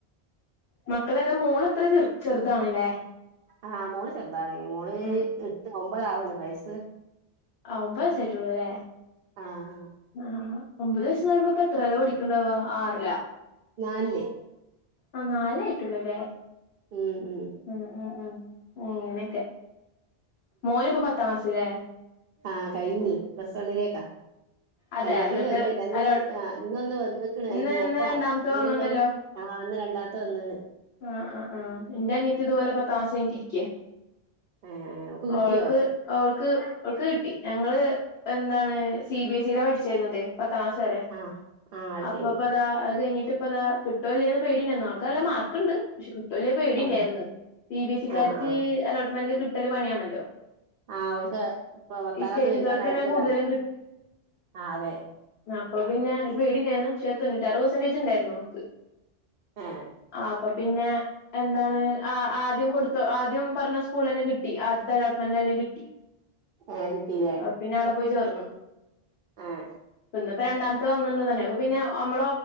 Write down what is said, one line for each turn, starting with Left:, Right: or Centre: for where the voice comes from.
Left: മക്കളേത മോള് ത്ര ചെർ ചെർതാണല്ലേ?
Right: ആഹ് മോള് ചെർതാണെ മോള്
Left: ഉം
Right: എട്ട് ഒമ്പതാവണ് വയസ്സ്
Left: ആ ഒമ്പസായിട്ടേള്ളൂ ല്ലേ?
Right: ആഹ്
Left: ആ ഹ ഹാ ഒമ്പത് വയസ് ന്നറീമ്പൊ പ്പത്രേലാ പഠിക്കണ്ടാവ ആറിലാ?
Right: നാല്ല്
Left: ആഹ് നാലായിട്ടുള്ളൂല്ലേ?
Right: ഉം ഉം
Left: ഉം ഉം ഉം ഉ അനൊക്കെ മോന് പ്പൊ പത്താം ക്ലാസ് ല്ലേ?
Right: ആഹ് കയിഞ്ഞി. പ്ലസ് വണ്ണിലേക്കാ.
Left: അതെ
Right: അലോട്ട്മെന്റ്
Left: എന്നിട്ട്
Right: വന്നില്ല. ന്നിനി
Left: അല്ല
Right: ആ ന്നൊന്ന് വന്ന്ക്ക്ണ്
Left: ഇന്ന്
Right: അയില് നോക്കണം
Left: ഇന്ന് രണ്ടാമത്തെ
Right: പേരുണ്ടോന്ന്.
Left: വന്നുണ്ടല്ലോ
Right: ആഹ് ന്ന് രണ്ടാംത്തെ വന്ന്ണ്
Left: ആഹ് ആ ആ. ഇന്റനിയത്തി തുപോലെ പത്താം ക്ലാസ് കഴിഞ്ഞിറ്റിരിക്ക.
Right: ഏ ഓക്ക് കിട്ടിയോ
Left: ഓൾക്ക്. ഓൾക്ക് അവൾക്ക് കിട്ടി. ഞങ്ങള് എന്താണ് സി ബി എസ് ഇയില പഠിച്ചിരുന്നത്. പത്താം ക്ലാസ വരെ.
Right: ആ ആ അത്
Left: അപ്പൊ-
Right: ശരി
Left: അ അത് കഴിഞ്ഞട്ട ഇപ്പതാ. കിട്ട ഇല്ലന്ന് പേടണ്ട. ആൾക്കല്ല മാർ ണ്ട്. പക്ഷെ കിട്ടല്ലപേട
Right: ആ
Left: ഉണ്ടായിരുന്നു. സി ബി ഏസി
Right: ആ
Left: കർക്ക്
Right: ആ
Left: അലോട്ട്മെന്റ് ട്ടരു പണിയണല്ലോ.
Right: ആഹ് അവർക്ക് ഇപ്പ പത്താം
Left: സ്റ്റേറ്റ്കാർക്കന്നെ
Right: ക്ലാസ് കഴിഞ്ഞാൽ <unintelligible>
Left: കൂടുതലും
Right: ആഹ് അതെ
Left: ആ അപ്പൊ പിന്നെ ഒരു പേടി ഉണ്ടായിരുന്നു. ക്ഷെതൊണ്ണൂറ്റാറ്റ് പ്രസന്റേജ ഉണ്ടായിരുന്നു അവൾക്ക്.
Right: ഏ
Left: ആ അപ്പൊ പിന്നെ എന്താണ് ആ ആദ്യം കൊടുത്തു. ആദ്യം പറഞ്ഞ സ്കൂൾ തന്നെ കിട്ടി. ആദ്യത്തെ അലോട്ട്മെന്റ് തന്നെ കിട്ടി.
Right: ആഹ് കിട്ടീല്ലേ.
Left: അപ്പൊ പിന്നെ അവിടെ പോയി ചേർന്നു.
Right: ഏഹ്
Left: ഇന്നിപ്പോ രണ്ടാമത്തെ വന്നിണ്ട് തന്നെ. അപ്പ പിന്നെ നമ്മള